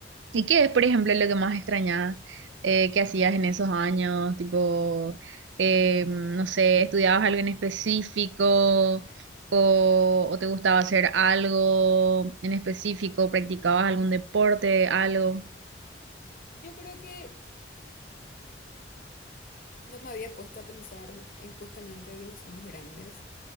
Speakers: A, on the right; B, on the left.
A: ¿Y qué es, por ejemplo, lo que más extrañabas eh, que hacías en esos años? Tipo, eh, no sé, ¿estudiabas algo en específico o, o te gustaba hacer algo en específico? ¿Practicabas algún deporte, algo?
B: Yo creo que no me había puesto a pensar en justamente de que ya somos grandes,